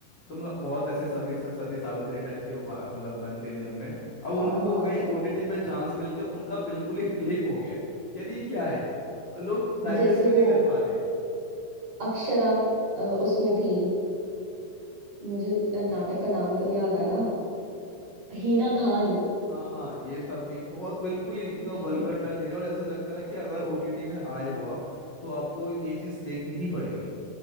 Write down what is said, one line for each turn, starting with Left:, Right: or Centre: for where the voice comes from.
Left: तो मतलब बहुत ऐसे सभी स- सती सावित्री टाइप की वो बा- मतलब बनती थी उनमें अब
Right: हाँ
Left: उन- उनको
Right: हाँ
Left: कहीं ओटीटी में चांस मिल के उनका बिल्कुल ही <laughs> फ्लिप हो गया है कि यार ये क्या है और लोग डाइजेस्ट
Right: जैसे
Left: भी नहीं
Right: वो
Left: कर पा रहे हैं
Right: अक्षरा अ, उसमें थी मुझे
Left: इसमें
Right: अ, नाटक का नाम तो नहीं याद आ रहा हीना
Left: हाँ
Right: खान
Left: हाँ हाँ ये सब भी बहुत बिल्कुल ही इनका
Right: नहीं
Left: वल्गर टर्न ले लिया और ऐसे लगता है ना कि अगर ओटीटी में आए हो आप तो आपको ये चीज देखनी ही पड़ेगी